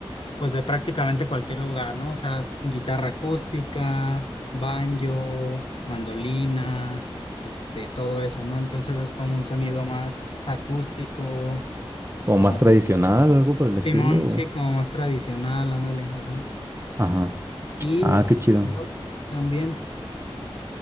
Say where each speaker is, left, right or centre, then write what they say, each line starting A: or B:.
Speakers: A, on the left; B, on the right.
A: pues de prácticamente cualquier lugar, ¿no? O sea, guitarra acústica, banjo, mandolina, este, todo eso, ¿no? Entonces es como un sonido más acústico,
B: O
A: con
B: más tradicional, algo por el estilo.
A: Simón,
B: o-
A: sí, como más tradicional, ándale, ajá.
B: Ajá.
A: Y
B: Ah,
A: pues
B: qué chido.
A: el rock también,